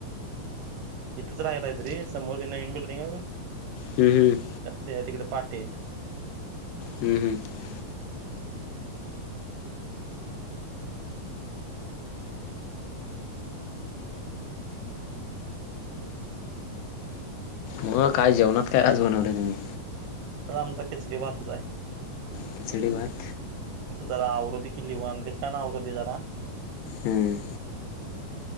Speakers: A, on the right; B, on the left.
A: इथंच राहिलाय तरी समोर त नवीन बिल्डिंग आहे ब
B: हम्म हम्म
A: तिकडे पाटेत
B: हम्म हम्म ह काय जेवणात काय आज बनवले तुम्ही
A: आ आमचा किचडी पाातच आहे
B: खिचळी वाात
A: जरा आवृधती केलीि वनली का ना आवृधती जरा
B: हम्म